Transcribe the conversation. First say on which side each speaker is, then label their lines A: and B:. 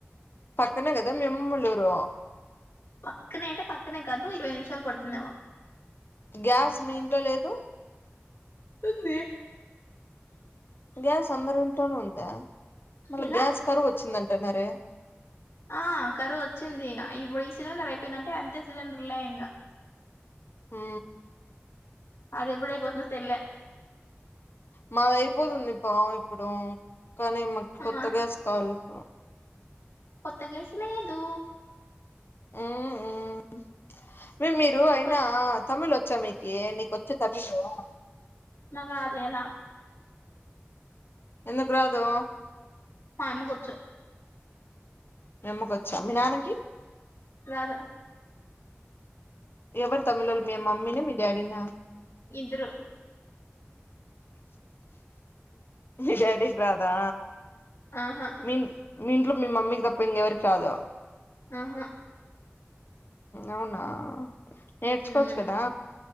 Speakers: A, on the left; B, on the left.
A: కన కదా మెమ్ముళూరు
B: పక్కనే అంటే పక్కనే కాదు ఇరవై నిమిషాలు పడుతుందేమ
A: గ్యాస్ మీంట్లో లేదు
B: ఉంది
A: అ సందర ఉందా మళ్ళా
B: ఎలా
A: గ్యాస్ కరు వచ్చిందంటే ట్టనారే
B: ఆ కరువు వచ్చింది ఇప్పుడు ఈ సిలిండర్ అయిపోయిందంటే అంతే సిలిండర్ లే ఇంంగా
A: హ
B: అది ఎప్పుడపోతున తెల్లే
A: మాది అయిపోతుంది ఇ పా ఇప్పుడు కానీ మ
B: అమ్మా
A: కొత్తగాస్ కాాల ఓ
B: కొత్త గేసులేదు
A: మ్ హ్ మే మీరు అయినా
B: పోయ్
A: తమిళ్ చ్చ మీకి నీకు వచ్చ తమిళు
B: నాకా ఆది ఎలా
A: ఎందుకు రాదు
B: మామ్మ కొచ్చు
A: మీ అమ్మకొచ్చా మీ నాన్నకి
B: రాదు
A: ఎవరు తమిళోళ్ళు మీ మమ్మీన మీ డాడీనా
B: ఇద్దరు
A: మీ డాడీ కి రాదా
B: ఆహా
A: మీ మీ ఇంట్లో మీ మమ్మీకి తప్ప ఇంకెవరి కి రాదు
B: ఆహా
A: అవునా నేర్చుకోవచ్చు
B: మ్
A: కదా